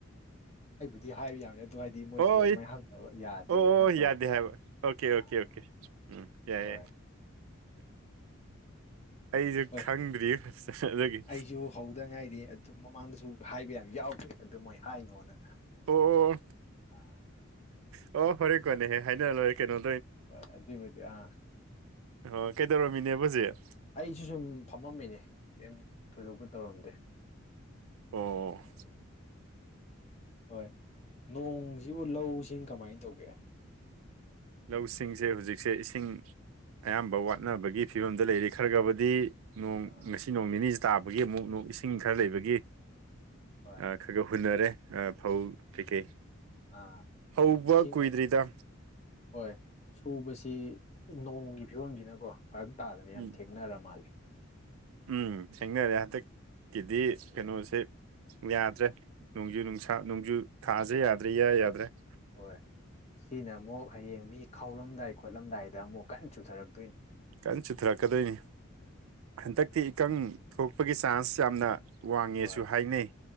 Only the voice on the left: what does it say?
ꯗꯤ ꯍꯥꯏꯕ ꯌꯥꯕꯅꯤ ꯑꯗꯨ ꯍꯥꯏꯗꯤ ꯃꯣꯏꯁꯤ
ꯑꯗꯨꯃꯥꯏꯅ ꯍꯪꯅꯕ ꯌꯥꯗꯦꯅ
ꯇꯧꯕꯅꯦ
ꯑꯥ
ꯍꯣꯏ
ꯍꯣꯏ
ꯑꯩꯁꯨ ꯍꯧꯗ ꯉꯥꯏꯔꯤ ꯑꯗꯨ ꯃꯃꯥꯡꯗꯁꯨ ꯍꯥꯏꯕ ꯌꯥꯝ ꯌꯥꯎꯈ꯭ꯔꯦ ꯑꯗꯨ ꯃꯣꯏ ꯍꯥꯏꯅꯣꯅ
ꯑꯥ
ꯍꯣꯏ
ꯍꯣꯏ ꯑꯗꯨꯕꯨꯗꯤ ꯑ
ꯑꯩꯁꯨ ꯁꯨꯝ ꯐꯝꯃꯝꯃꯤꯅꯦ ꯀꯩ ꯊꯣꯏꯗꯣꯛꯄ ꯇꯧꯔꯝꯗꯦ
ꯎꯝ ꯍꯣꯏ ꯅꯣꯡꯁꯤꯕꯨ ꯂꯧꯁꯤꯡ ꯀꯃꯥꯏꯅ ꯇꯧꯒꯦ
ꯑꯥ
ꯍꯣꯏ
ꯑꯥ
ꯏꯁꯤꯡ
ꯍꯣꯏ ꯁꯨꯕꯁꯤ ꯅꯣꯡꯒꯤ ꯐꯤꯕꯝꯁꯤꯅꯀꯣ ꯐꯔꯛ ꯇꯥꯗꯅ ꯌꯥꯝ
ꯊꯦꯡꯅꯔ ꯃꯥꯜꯂꯦ
ꯎꯝ
ꯍꯣꯏ ꯁꯤꯅ ꯑꯃꯨꯛ ꯍꯌꯦꯡ ꯃꯤ ꯈꯥꯎꯔꯝꯗꯥꯏ ꯈꯣꯠꯂꯝꯗꯥꯏꯗ ꯑꯃꯨꯛ ꯀꯟꯅ ꯆꯨꯊꯔꯛ
ꯎꯝ
ꯍꯣꯏ